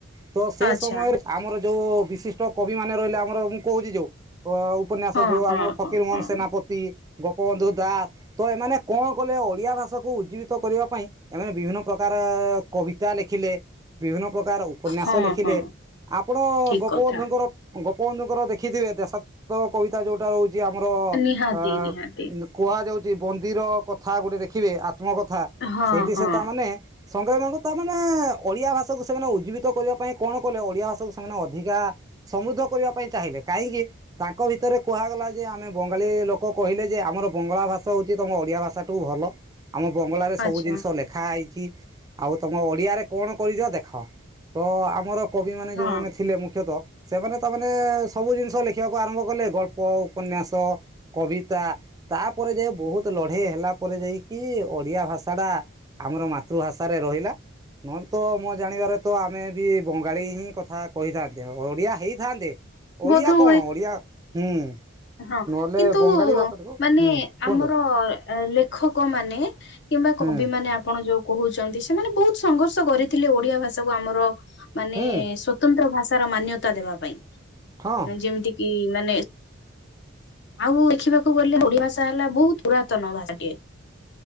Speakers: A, on the right; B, on the left.
A: ତେଣୁ ସେ
B: ଆଚ୍ଛା
A: ସମୟରେ ଆମର ଯୋଉ ବିଶିଷ୍ଟ କବି ମାନେ ରହିଲେ। ଆମର ମୁଁ କହୁଛି ଯୋଉ ଅ ଉପନ୍ୟାସ
B: ହଁ
A: ଯୋଉ
B: ହଁ
A: ଆମର ଫକୀର
B: ହଁ
A: ମୋହନ
B: ହଁ
A: ସେନାପତି ଗୋପବନ୍ଧୁ ଦାସ ତ ଏମାନେ କଣ କଲେ ଓଡିଆ ଭାଷାକୁ ଉଜ୍ଜୀବିତ କରିବା ପାଇଁ ଏମାନେ ବିଭିନ୍ନ ପ୍ରକାର କବିତା ଲେଖିଲେ ବିଭିନ୍ନ ପ୍ର ପ୍ରକାର ଉପନ୍ୟାସ
B: ହଁ
A: ଲେଖିଲେ
B: ହଁ
A: ଆପଣ
B: ଠିକ
A: ଗୋପବନ୍ଧୁଙ୍କର
B: କଥା
A: ଗୋପବନ୍ଧୁଙ୍କର ଦେଖିଥିବେ ଦେଶ କବିତା ଯୋଉଟା ରହୁଛି ଆମର
B: ନିହାତି
A: ଅ
B: ନିହାତି
A: କୁହାଯାଉଛି ବନ୍ଦିର କଥା ଗୋଟେ ଦେଖିବେ ଆତ୍ମ କଥା
B: ହଁ
A: ସେଇଠି
B: ହଁ
A: ସେ ତାମାନେ ସଂଗ୍ରାମଙ୍କୁ ତାମାନେ ଓଡିଆ ଭାଷାକୁ ସେମାନେ ଉଜ୍ଜୀବିତ କରିବା ପାଇଁ, କଣ କଲେ ଓଡିଆ ଭାଷାକୁ ସେମାନେ ଅଧିକା ସମୃଦ୍ଧ କରିବା ପାଇଁ ଚାହିଁଲେ କାହିଁକି ତାଙ୍କ ଭିତରେ କୁହା ଗଲା ଯେ ଆମେ ବଙ୍ଗାଳୀ ଲୋକ କହିଲେ ଯେ ଆମର ବଙ୍ଗଳା ଭାଷ ହଉଛି ତମ ଓଡିଆ ଭାଷା ଟୁ ଭଲ। ଭଲ ଆମ ବଙ୍ଗଳାରେ
B: ଆଚ୍ଛା
A: ସବୁ ଜିନିଷ ଲେଖା ହେଇଛି ଆଉ ତମ ଓଡିଆରେ କଣ କରିଚ ଦେଖ ତ ଆମର କବି ମାନେ
B: ହଁ
A: ଯୋଉମାନେ ଥିଲେ ମୁଖ୍ୟତଃ ସେମାନେ ତାମାନେ ସବୁ ଜିନିଷ ଲେଖ ଖିବାକୁ ଆରମ୍ଭ କଲେ ଗଳ୍ପ ଉପନ୍ୟାସ କବିତା ତାପରେ ଯ ବହୁତ ଲଢେଇ ହେଲା ତାପରେ ଯାଇକି ଓଡିଆ ଭାଷା ଟା ଆମର ମାତୃଭାଷାରେ ରହିଲା। ନହେଲେ ତ ମୋ ଜାଣିବାରେ ତ ଆମେ ବି ବଙ୍ଗାଳୀ ହିଁ କଥା କହିଥାନ୍ତେ। ଓଡିଆ ହେଇ ଥାନ୍ତେ
B: ବୋଧ
A: ଓଡିଆ କଣ
B: ହୁଏ
A: ଓଡିଆ ହୁଁ।
B: ହଁ
A: ନହେଲେ
B: କିନ୍ତୁ
A: ବଙ୍ଗାଳୀ ଭାଷା ଦେଖ
B: ମାନେ
A: ହୁଁ କୁହନ୍ତୁ।
B: ଆମର ଲେଖକ ମାନେ କିମ୍ବା କବି
A: ହୁଁ
B: ମାନେ ଆପଣ ଯୋଉ କହୁଛନ୍ତି ସେମାନେ ବହୁତ ସଂଘର୍ଷ କରିଥିଲେ ।ଓଡିଆ ଭାଷା କୁ ଆମର ମାନେ
A: ହୁଁ
B: ସ୍ଵତନ୍ତ୍ର ଭାଷାର ମାନ୍ୟତା ଦେବା ପାଇଁ
A: ହଁ
B: ଯେମିତିକ କି ମାନେ ଆଉ ଦେଖିବାକୁ ଗଲେ ଓଡ଼ିଆ ଭାଷା ହେଲା ବହୁତ ପୁରାତନ ଭାଷାଟିଏ।